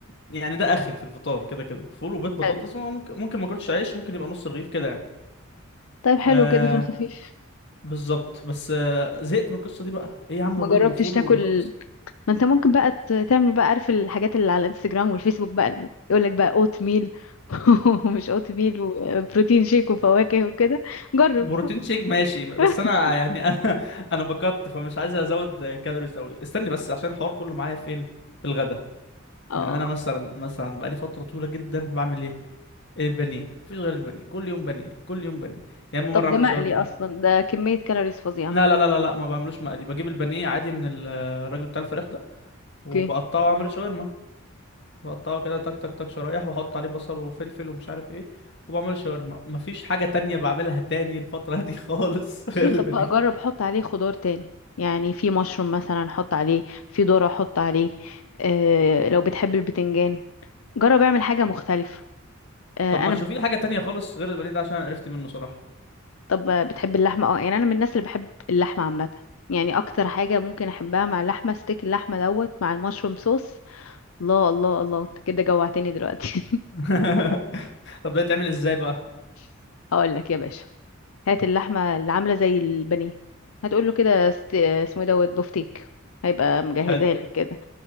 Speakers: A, on the left (about 55°); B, on the left (about 85°).
A: يعني ده اخري في الفطار كده كده فول وبيض بطاطس
B: حلو
A: ممكن ممكن ما اكلش عيش ممكن يبقى نص رغيف كده يعني
B: طيب حلو
A: آه
B: كده في الخفيف
A: بالظبط بس آه زهقت من القصه دي بقى ايه يا عم
B: ما
A: بيض
B: جربتش
A: وفول
B: تاكل
A: وبطاطس
B: ما انت ممكن بقى ت- تعمل بقى عارف الحاجات اللي على الانستجرام والفيسبوك بقى يقول لك بقى اوت ميل <laughs> ومش اوت ميل وبروتين شيك وفواكه وكده جرب
A: بروتين شيك ماشي بس
B: <laughs>
A: انا يعني <laughs> انا انا بكت فمش عايز ازود كالوريز قوي استني بس عشان الحوار كله معايا فين في الغدا
B: اه
A: يعني انا مثلا مثلا بقالي فتره طويله جدا بعمل ايه البانيه مفيش غير البانيه كل يوم بانيه كل يوم بانيه يا اما مره
B: طب
A: اعمله
B: ده مقلي
A: شاورما
B: اصلا ده كمية كالوريز فظيعة
A: لا لا لا لا لا ما بعملوش مقلي بجيب البانيه عادي من ال- الراجل بتاع الفراخ ده وبقطعه
B: اوكي
A: واعمله شاورما بقطعه كده تك تك تك شرايح واحط عليه بصل وفلفل ومش عارف ايه وبعمله شاورما مفيش حاجة تانية بعملها تاني الفترة دي خالص <laughs>
B: ليه
A: غير البانيه
B: طب بقى جرب حط عليه خضار تاني يعني في مشروم مثلا حط عليه في ذرة حط عليه آه لو بتحب البتنجان جرب اعمل حاجة مختلفة آه
A: طب ما
B: انا
A: تشوفي لي حاجة تانية خالص غير البانيه ده عشان انا قرفت منه صراحة
B: طب بتحب اللحمة اه يعني انا من الناس اللي بحب اللحمة عامة يعني اكتر حاجة ممكن احبها مع اللحمة ستيك اللحمة دوت مع المشروم صوص الله الله الله انت كده جوعتني دلوقتي
A: <laughs> طب ده يتعمل ازاي بقى
B: <laughs> هقول لك يا باشا هات اللحمة اللي عاملة زي البانيه هتقول له كده است... اسمه ايه دوت بوفتيك هيبقى مجهزها
A: حلو
B: لك كده